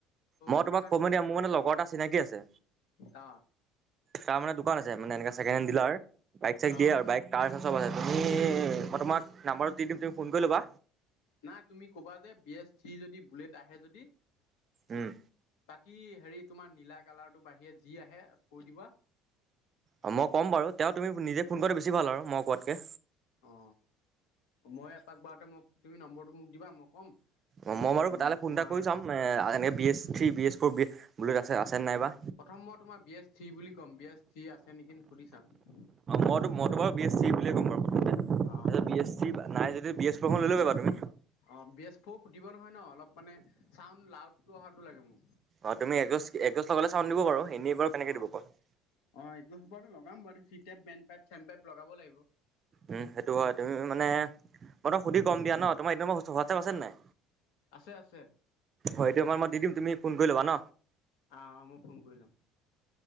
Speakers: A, on the right (about 30°); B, on the left (about 85°).
A: মই
B: একেবাৰতে
A: তোমাক ক'ব
B: লৈ
A: দিয়া মোৰ
B: ল'ম
A: মানে লগৰ এটা চিনাকি আছে।
B: অ
A: তাৰ মানে দোকান আছে মানে এনে চেকেণ্ড হেণ্ড ডিলাৰ বাইক চাইক
B: অ
A: দিয়ে আৰু বাইক কাৰ চ চব আছে। তুমি
B: অ
A: মই তোমাক নাম্বাৰটো দি দিম তুমি ফোন কৰি ল'বা।
B: নাই তুমি কবা যে বি এ থি যদি বুলেট আহে যদি
A: উম
B: বাকী হেৰি তোমাৰ নীলা, কালাৰটো বাঢ়িৰে যি আহে কৈ দিবা।
A: অ মই ক'ম বাৰু তেওঁ তুমি নিজে ফোন কৰি বেছি ভাল আৰু মই কোৱাতকে।
B: অ মই এপাক বাৰুতে মই তুমি নম্বৰটো মোক দিবা মই ক'ম
A: অ
B: হেল্ল'
A: মই বাৰু তালৈ ফোন
B: তোমাৰ
A: এটা কৰি চাম এ এনেকে B S three B S four B বলে আছে আছে নাইবা
B: প্ৰথম মই তোমাৰ বি এছ থ্ৰী বুলি কম বি এছ থ্ৰী আছে নেকি সুধি চাম।
A: মইতো মইতো বাৰু বি এছ চি বুলিয়ে ক'ম বাৰু প্ৰথমতে।
B: অ'
A: বি এছ চি নাই যতি বি এছ ফ'ৰখন লৈ ল'বা বাৰু তুমি।
B: অ বি এছ ফ' ফুটিব নহয় ন অলপ মানে চাউড লাউড টো অহাতো লাগে মোক
A: অ তুমি একজষ্ট একজষ্ট লগালে চাউণ্ড দিব বাৰু এনেই বাৰ কেনেকে
B: অ'
A: দিব কোৱাচোন
B: অ' এইটো লগাম বাৰু চি টাইপ বেণ্ড পাইপ চেড পাইপ লগাব লাগিব
A: উম সেইটো হয় তুমি মানে মই তোক সুধি গম দিয় ন তোম একদমাৰ হোৱাছআপ আছে নাই
B: আছে আছে
A: হয় দে মাৰ মই দি দিম তুমি ফোন কৰি ল'বা ন
B: আহ মই ফোন কৰিলাম